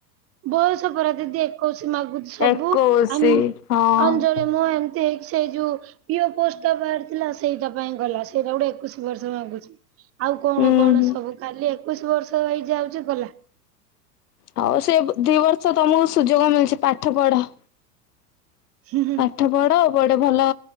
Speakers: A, on the right; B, on the left.
A: ବୟସ ପରା ଦିଦି ଏକୋଇଶି ମାଗୁଛି ସବୁ
B: ଏକୋଇଶି
A: <unintelligible>
B: ହଁ
A: ଅଞ୍ଜଳି <unintelligible> ସେ ଯୋଉ ପିଓ ପୋଷ୍ଟଟା ବାହାରିଥିଲା ସେଇଟା ପାଇଁ ଗଲା ସେଇଟା ଗୋଟେ ଏକୋଇଶି ବର୍ଷ ମାଗୁଚି। ଆଉ କଣ
B: ଉୁଁ
A: କଣ
B: ହୁଁ।
A: ସବୁ କାଲି ଏକୋଇଶି ବର୍ଷ ହେଇଯାଉଛି ଗଲା।
B: ହଉ ସେ ଦିଇ ବର୍ଷ ତମକୁ ସୁଯୋଗ ମିଳଛି ପାଠ ପଢ।
A: ହୁଁ।
B: ପାଠ ପଢ଼ ଗୋଟେ ଭଲ